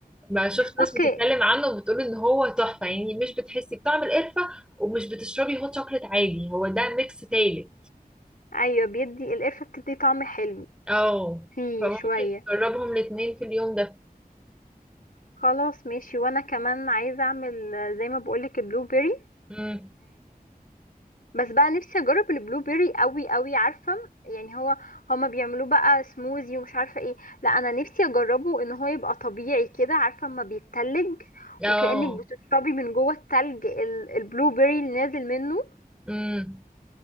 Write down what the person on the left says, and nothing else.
أوكي
أيوة بيدي القرفة بتدي طعم حلو
فيه
شوية
خلاص ماشي وأنا كمان عايزة أعمل آه، زي ما بقولك البلو بيري
بس بقى نفسي اجرب البلو بيري قوي قوي عارفه يعني هو هما بيعملوه بقى سموزي ومش عارفه ايه لا انا نفسي اجربه ان هو يبقى طبيعي كده عارفه اما بيتلج
وكأنك بتشربي من جوه التلج ال- البلو بيري اللي نازل منه